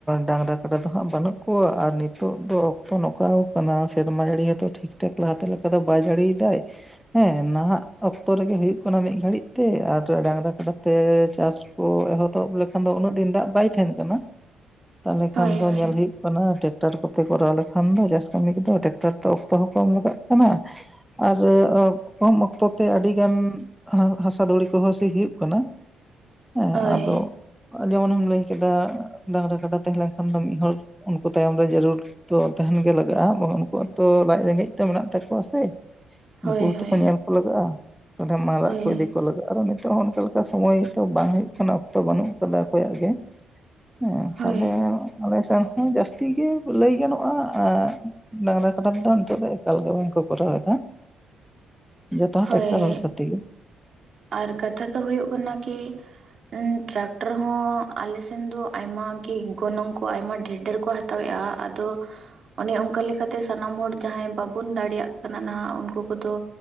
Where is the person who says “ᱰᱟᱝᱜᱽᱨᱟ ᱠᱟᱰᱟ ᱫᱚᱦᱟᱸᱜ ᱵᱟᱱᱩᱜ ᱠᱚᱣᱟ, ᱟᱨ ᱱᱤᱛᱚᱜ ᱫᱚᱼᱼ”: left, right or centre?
Centre